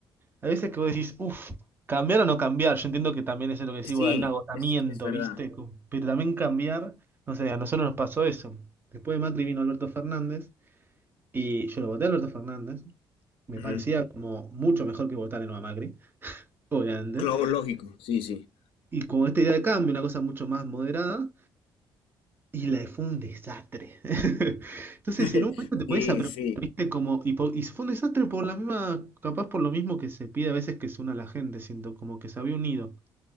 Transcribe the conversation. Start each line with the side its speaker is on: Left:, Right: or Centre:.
Right: Hay veces que vos decís, uff, cambiar o no cambiar. Yo entiendo que también eso es lo que decís,
Left: Sí,
Right: vos, hay un agotamiento,
Left: es, es verdad.
Right: ¿viste? Cu- Pero también cambiar, no sé, a nosotros nos pasó eso. Después de Macri vino Alberto Fernández y yo lo voté a Alberto Fernández. Me
Left: Ujú.
Right: parecía como mucho mejor que votar en a Macri, obviamente.
Left: Claro, lógico, sí, sí.
Right: Y con esta idea de cambio, una cosa mucho más moderada, y la fue un desastre. <laughs> Entonces,
Left: <laughs>
Right: en un momento te pones
Left: Sí,
Right: a preguntar,
Left: sí.
Right: ¿viste? Como, y, po- y fue un desastre por la misma, capaz por lo mismo que se pide a veces que se una la gente, siento, como que se había unido.